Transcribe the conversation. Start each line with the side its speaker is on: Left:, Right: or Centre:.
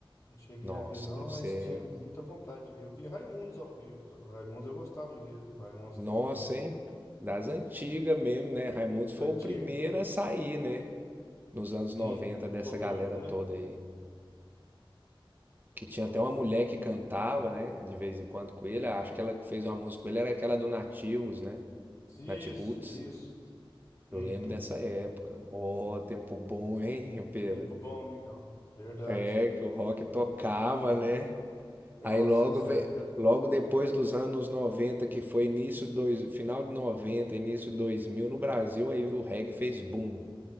Left: Não cheguei
Right: nossa,
Left: a ver, não,
Right: deve
Left: mas
Right: ser.
Left: tinha muita vontade de ver. Eu vi Raimundos ao vivo. O Raimundos eu gostava de ver, do Raimundos
Right: Nossa,
Left: também.
Right: hein? Das antigas mesmo, né? Raimundos
Left: Das
Right: foi
Left: antigas.
Right: o primeiro a sair, né? Nos anos
Left: Sim,
Right: 90
Left: o
Right: dessa
Left: Rodolfo,
Right: galera
Left: né?
Right: toda aí.
Left: Rodolfo.
Right: Que tinha até uma mulher que cantava, né? De vez em quando com ele. Acho que ela que fez uma música com ele era aquela do Nativos, né?
Left: Isso,
Right: Nat Roots.
Left: isso. Uhum.
Right: Eu lembro dessa época. Oh, tempo bom, hein, <laughs> Pedro?
Left: Tempo bom, amigão. Verdade.
Right: É que o rock tocava, né?
Left: Nossa,
Right: Aí logo,
Left: essa
Right: ve-
Left: época.
Right: logo depois dos anos 90 que foi início dois, final de 90 início 2000 no Brasil, aí o reggae fez boom.